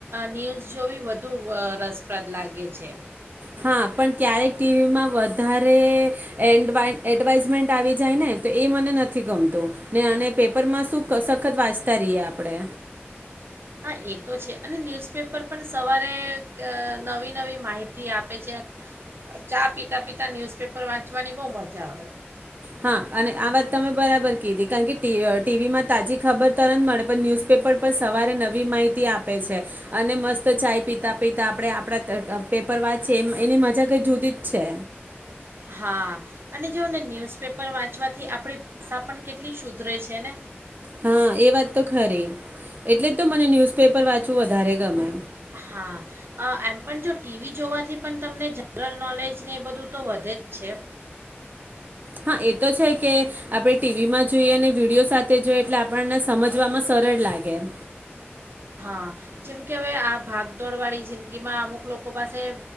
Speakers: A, on the right; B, on the right.
A: ન્યૂઝ જોવી વધુ રસપ્રદ લાગે છે.
B: હા પણ ક્યારેક ટીવીમાં વધારે એન્ડવાયન એડવાઇઝમેન્ટ આવી જાય ને તો એ મને નથી ગમતું ને અને પેપરમાં શું સખત વાંચતા રહીએ આપણે.
A: હા એ તો છે અને ન્યૂઝપેપર પણ સવારે નવી નવી માહિતી આપે છે, ચા પીતા પીતા ન્યૂઝપેપર વાંચવાની બહુ મજા આવે.
B: હા અને આ વાત તમે બરાબર કીધી કારણ કે ટી ટીવીમાં તાજી ખબર તરત જ મળે પણ ન્યૂઝપેપર પર સવારે નવી માહિતી આપે છે અને મસ્ત ચાય પીતા પીતા આપણે આપણા પેપર વાંચીએ એ એની મજા કંઈ જુદી જ છે.
A: હા અને જો ને ન્યૂઝપેપર વાંચવાથી આપણી ભાષા પણ કેટલી શુધરે છે ને.
B: હા એ વાત તો ખરી એટલે જ તો મને ન્યુઝપેપર વાંચવું વધારે ગમે.
A: હા એમ પણ જો ટીવી જોવાથી પણ તમને જનરલ નોલેજને એ બધું તો વધે જ છે.
B: હા એ તો છે કે આપણે ટીવીમાં જોઈએ અને વિડીયો સાથે જોઈ એટલે આપણને સમજવામાં સરળ લાગે એમ.
A: હા જેમ કે હવે આ ભાગદોડ વાળી જગ જગ્યામાં અમુક લોકો પાસે